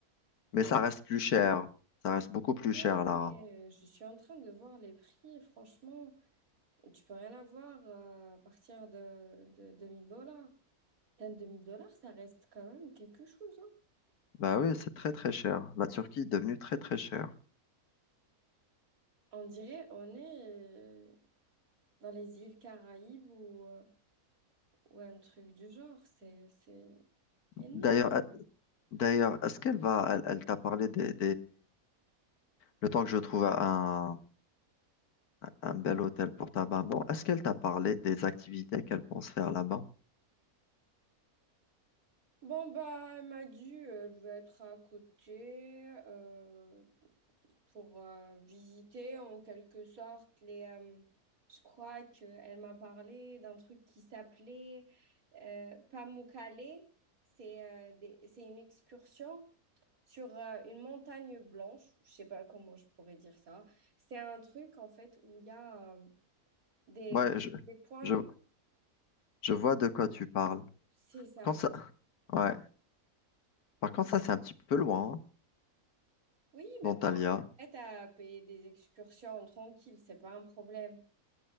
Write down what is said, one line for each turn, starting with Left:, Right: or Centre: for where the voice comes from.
Left: Mais
Right: Mais
Left: ça reste plus cher. Ça reste beaucoup plus
Right: ouais,
Left: cher, Lara.
Right: je suis en train de voir les prix, franchement, et tu peux rien avoir euh, à partir de, de 2000 dollars. Enfin, 2000 dollars, ça reste quand même quelque chose, hein.
Left: Bah oui, c'est très très cher. La Turquie est devenue très très chère.
Right: On dirait on est euh, dans les îles Caraïbes ou, euh, ou un truc du genre. C'est, c'est... Énorme.
Left: D'ailleurs, D'ailleurs, est-ce qu'elle va, elle, elle t'a parlé des, Le temps que je trouve un, un bel hôtel pour ta maman, est-ce qu'elle t'a parlé des activités qu'elle pense faire là-bas?
Right: Bon, bah, elle m'a dit, euh, elle veut être à côté euh, pour euh, visiter en quelque sorte les. euh, je crois qu'elle m'a parlé d'un truc qui s'appelait euh, Pamukkale. C'est euh, des- c'est une excursion sur euh, une montagne blanche. Je sais pas comment je pourrais dire ça. C'est un truc en fait où il y a euh, des,
Left: Ouais, je,
Right: des points
Left: je,
Right: de.
Left: je vois de quoi tu parles.
Right: C'est ça.
Left: Par contre, ça, ouais. Par contre, ça, c'est un petit peu loin, hein,
Right: Oui, mais
Left: d'Antalya.
Right: bon, prête à payer des excursions tranquilles, c'est pas un problème.